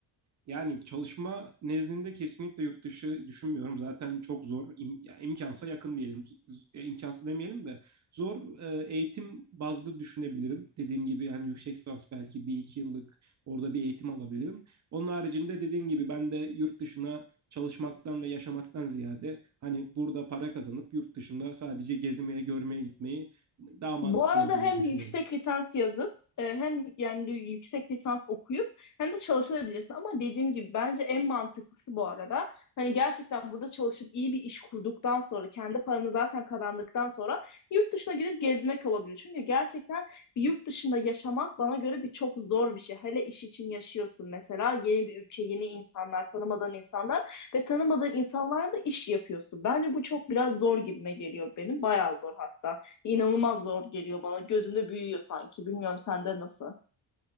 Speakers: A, on the right; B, on the left.
A: Yani çalışma nezdinde kesinlikle yurt dışı düşünmüyorum. Zaten çok zor. İm, ya imkansa yakın diyelim. Z- e, imkansız demeyelim de zor e, eğitim bazlı düşünebilirim. Dediğim gibi yani yüksek lisans belki bir iki yıllık orada bir eğitim alabilirim. Onun haricinde dediğim gibi ben de yurt dışına çalışmaktan ve yaşamaktan ziyade hani burada para kazanıp yurt dışında sadece gezmeye, görmeye gitmeyi daha mantıklı
B: Bu arada
A: olduğunu
B: hem
A: düşünüyorum.
B: yüksek lisans yazıp e, hem yani yüksek lisans okuyup hem de çalışabilirsin. Ama dediğim gibi bence en mantıklısı bu arada. Hani gerçekten burada çalışıp iyi bir iş kurduktan sonra kendi paranı zaten kazandıktan sonra yurt dışına gidip gezmek olabilir. Çünkü gerçekten bir yurt dışında yaşamak bana göre bir çok zor bir şey. Hele iş için yaşıyorsun mesela yeni bir ülke, yeni insanlar, tanımadığın insanlar ve tanımadığın insanlarla da iş yapıyorsun. Bence bu çok biraz zor gibime geliyor benim. Bayağı zor hatta inanılmaz zor geliyor bana. Gözümde büyüyor sanki. Bilmiyorum sende nasıl?